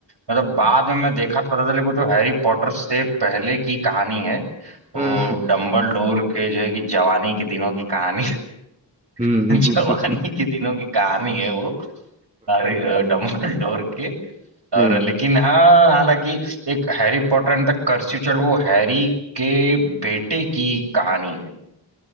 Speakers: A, on the right (about 65°); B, on the right (about 15°).
A: मतलब बाद में मैं देखा तो पता चले वो तो हैरी पॉटर से पहले की कहानी है वो
B: हम्म
A: डम्बल डोर के जो है कि जवानी के दिनों की कहानी
B: हम्म
A: <laughs>
B: हम्म
A: जवानी
B: हम्म,
A: के दिनों की कहानी है वो डम्बलडोर के
B: हम्म।
A: और लेकिन हाँ हालांकि एक Harry Potter and the cursive child वो हैरी के बेटे की कहानी है